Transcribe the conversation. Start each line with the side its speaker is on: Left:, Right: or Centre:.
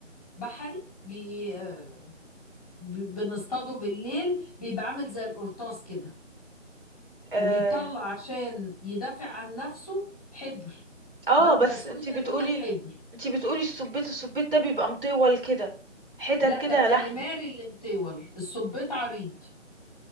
Centre: بحري بي... آه، بي- بنصطاده بالليل بيبقى عامل زي القرطاس كده
Right: آه
Centre: وبيطلع عشان يدافع عن نفسه حبر
Right: اه
Centre: مادة
Right: بس
Centre: سودة
Right: انتي بتقولي
Centre: لون الحبر
Right: انتي بتقولي السبيت السبيت ده بيبقى مطول كده حتت
Centre: لا
Right: كده
Centre: ده الكاليماري
Right: لحم
Centre: اللي مطول السبيط عريض